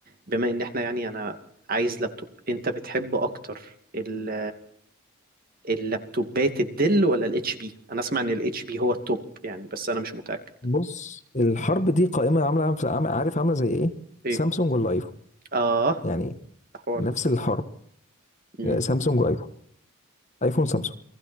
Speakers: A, on the right; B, on the left.
A: بما إن إحنا يعني أنا عايز لابتوب أنت بتحب أكتر ال... اللابتوبات الدل ولا الاتش بي أنا أسمع إن الاتش بي هو التوب يعني بس أنا مش متأكد
B: بص الحرب دي قائمة عاملة عاملة- عارف عاملة زي ايه
A: إيه
B: سامسونج ولا ايفون
A: آه
B: يعني
A: الحوار
B: نفس
A: ده
B: الحرب
A: مم.
B: يعني سامسونج وايفون ايفون سامسونج